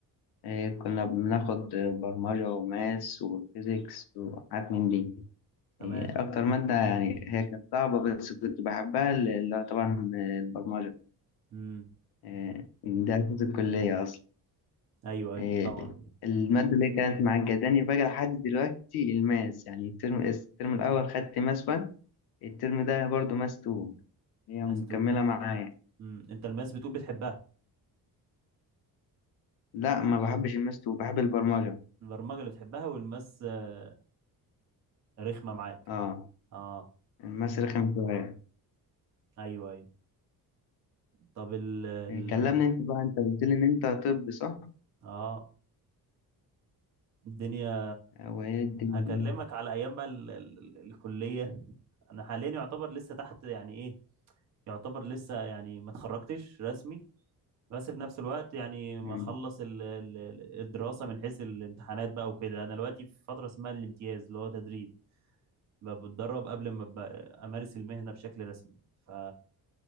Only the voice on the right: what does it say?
تمام
امم
ايوه ايوه
طبعا
ماس
تو
امم انت الماس بتقول بتحبها
البرمجة اللي بتحبها والماس آه، رخمة معاك
اه
ايوه ايوه طب ال ال
اه الدنيا
هكلمك على ايام بقى ال ال ال الكلية انا حاليا يعتبر لسه تحت يعني ايه يعتبر لسه يعني ما اتخرجتش رسمي بس في نفس الوقت يعني ما
اخلص ال- ال- ال- الدراسه من حيث الامتحانات بقى وكده انا دلوقتي في فتره اسمها الامتياز اللي هو تدريب ب- بتدرب قبل ما ب- امارس المهنه بشكل رسمي ف